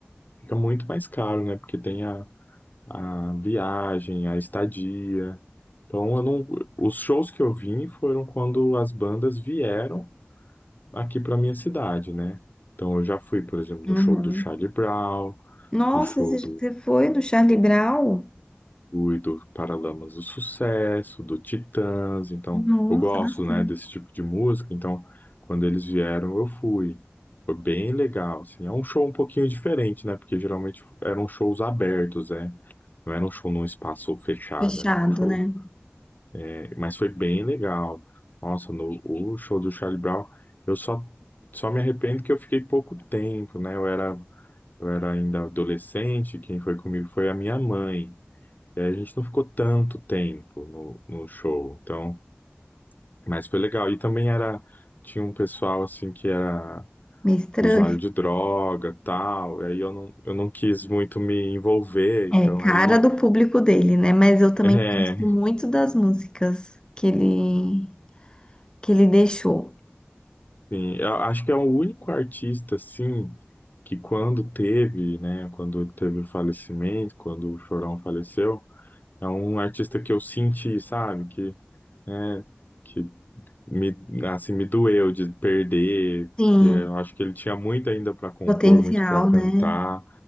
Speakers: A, on the left; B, on the left.
A: fica muito mais caro, né? Porque tem a, a viagem, a estadia. Então eu não, os shows que eu vim foram quando as bandas vieram. aqui para minha cidade, né? Então eu já fui, por exemplo, no
B: Uhum.
A: show do Charlie Brown,
B: Nossa,
A: do show
B: você
A: do
B: você foi no Charlie Brown?
A: Rui, do Paralamas do Sucesso, do Titãs. Então
B: Nossa,
A: eu gosto,
B: bastante.
A: né, desse tipo de música. Então quando eles vieram eu fui. Foi bem legal, assim. É um show um pouquinho diferente, né? Porque geralmente eram shows abertos, né? Não era um show num espaço fechado,
B: Fechado,
A: era um show.
B: né?
A: é, Mas foi bem legal. Nossa, no o show do Charlie Brown, eu só só me arrependo que eu fiquei pouco tempo, né? Eu era Eu era ainda adolescente, quem foi comigo foi a minha mãe. E aí a gente não ficou tanto tempo no, no show, então, mas foi legal. E também era, tinha um pessoal assim que era
B: Meio estranho.
A: usuário de droga, tal, e aí eu não, eu não quis muito me envolver, então
B: É cara
A: aí,
B: do público dele, né? Mas eu também
A: <laughs>
B: gosto muito
A: é,
B: das músicas que ele que ele deixou.
A: sim, eu acho que é o único artista assim que quando teve, né, quando teve o falecimento, quando o Chorão faleceu, é um artista que eu senti, sabe, que, né, que me, assim, me doeu de perder,
B: Sim,
A: porque eu acho que ele tinha muito ainda para compor,
B: potencial,
A: muito para cantar.
B: né?